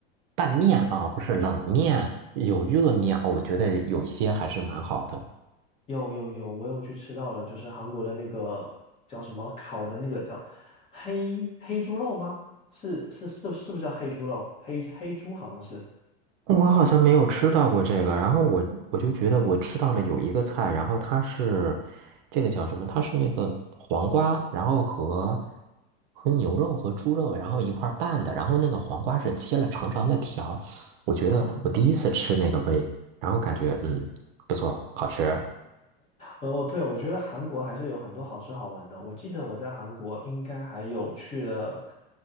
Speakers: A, on the right; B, on the left.
A: 拌面啊，不是冷面，有热面哦我觉得有些还是蛮好的。
B: 有有有，我有去吃到了，就是韩国的那个叫什么烤的那个叫黑黑猪肉吗？是是是是不是叫黑猪肉？黑黑猪好像是
A: 我好像没有吃到过这个，然后我我就觉得我吃到了有一个菜，然后它是这个叫什么？它是那个黄瓜，然后和和牛肉和猪肉，然后一块儿拌的，然后那个黄瓜是切了长长的条儿我觉得我第一次吃那个味，
B: 啊，
A: 然后感觉嗯不错，好吃。
B: 呃哦，对，我觉得韩国还是有很多好吃好玩的。我记得我在韩国应该还有去了，